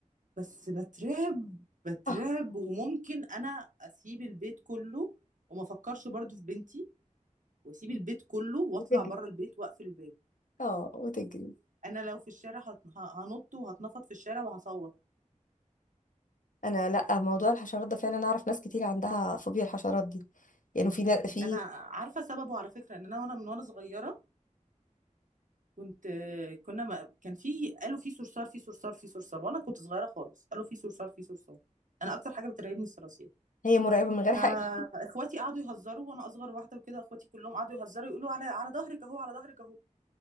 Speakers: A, on the right (about 75°); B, on the left (about 85°).
A: بس بترعب بترعب
B: اه
A: وممكن انا اسيب البيت كله وما افكرش برضو في بنتي واسيب البيت كله واطلع
B: وتجري
A: بره البيت واقفل الباب
B: اه وتجري
A: انا لو في الشارع هت- ه- هنط وهتنفض في الشارع وهصوت
B: انا لا موضوع الحشرات ده فعلا اعرف ناس كتير عندها فوبيا الحشرات دي يعني في نا- في
A: انا عارفه سببه على فكره ان انا وانا من وانا صغيره كنت كنا ما كان في قالوا في صرصار في صرصار في صرصار وانا كنت صغيره خالص قالوا في صرصار في صرصار انا اكتر حاجه بترعبني الصراصير
B: هي مرعبة من غير
A: فاخواتي
B: حقيقة
A: قعدوا يهزروا وانا اصغر واحده وكده اخواتي كلهم قعدوا يهزروا يقولوا على على ظهرك اهو على ظهرك اهو